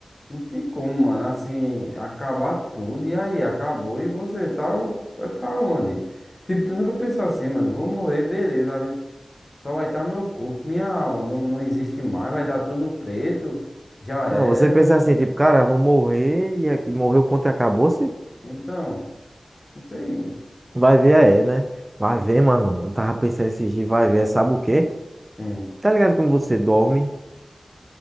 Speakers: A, on the left; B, on the right.
A: não tem como, mano, assim, acabar tudo e aí acabou e você tá, o- vai pra onde? Tipo, tu nunca pensou assim, mano, vou morrer, beleza. Só vai estar meu corpo, minha alma. Não, não existe mais, vai dar tudo preto. Já era.
B: Não, você pensa assim, tipo, cara, eu vou morrer e é- morreu, ponto e acabou-se.
A: Então, não tem.
B: Vai ver, é, né? Vai ver, mano. Eu tava pensando esses dias, vai ver, sabe o quê?
A: Sim.
B: Tá ligado quando você dorme?